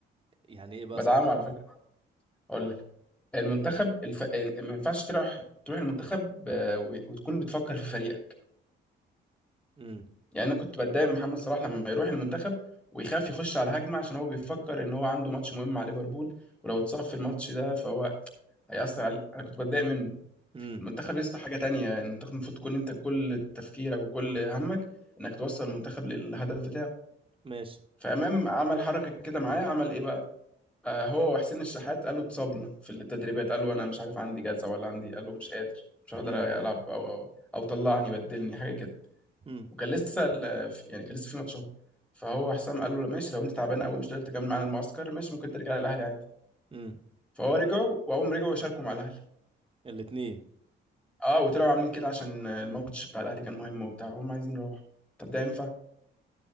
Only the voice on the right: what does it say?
يعني ايه بقى
صح
امم
امم
ماشي
امم
امم
امم
الاثنين